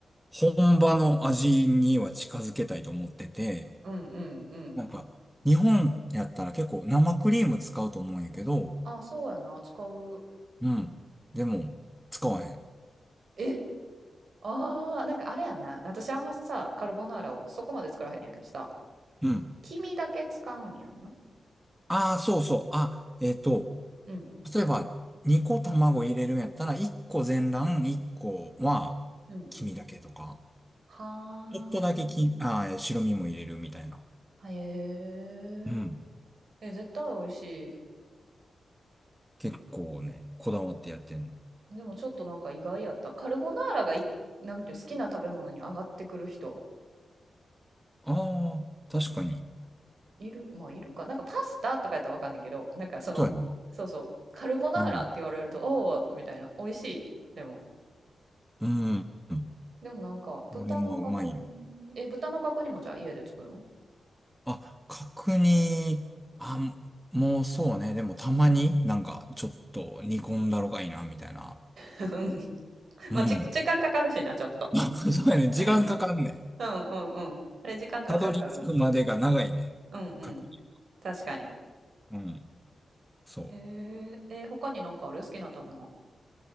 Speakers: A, in the centre; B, on the right.
A: 本場の味には近づけたいと思ってて、
B: うんうんうん。
A: なんか、日本やったら結構生クリーム使うと思うんやけど、
B: あ、そうやな、使う。
A: うん。でも、使わへん。
B: え、ああ、なんかあれやんな。私あんまさ、カルボナーラをそこまで作らへんやけどさ、
A: うん。
B: 黄身だけ使うんやんな。
A: ああ、そうそう。あ、えっと、
B: うん、
A: 例えば、2個卵入れるんやったら、1個全卵、1個は黄身だけとか、
B: うん。は
A: ちょっとだけき、あー、白身も入れるみたいな。
B: あ、へえ。
A: うん。
B: え、絶対美味し
A: 結構ね、こだわってやってんね。
B: い。でもちょっとなんか意外やった。カルボナーラがい、なんていうの好きな食べ物に上がってくる人、
A: ああ、確かに。
B: いる、まあいるか。なんかパスタとかやったらわかんないけど、なんかその、
A: そうやな。
B: そうそう、カルボナーラって言われると、
A: うん。
B: おお、みたいな、美味しい。でも
A: うん。うん
B: でもなんか豚の角煮、
A: 俺もうまいよ。
B: え、豚の角煮もじゃあ家で作るん
A: あ、角煮、あ、もうそうね。でもたまになんかちょっと煮込んだろがいいな、
B: うん。
A: みたいな。
B: <laughs>
A: うん。
B: まあ、じ、時間かかるしな、ちょっと。
A: なんか <laughs> そうやね。
B: <laughs>
A: 時間かかんねん。
B: うんうんうん。あれ時間かかる食べ物です。
A: たどり着くまでが長いね。
B: うんうん。
A: 確実。
B: 確かに。
A: うん。そう。
B: えー、えー他になんかある好きな食べ物。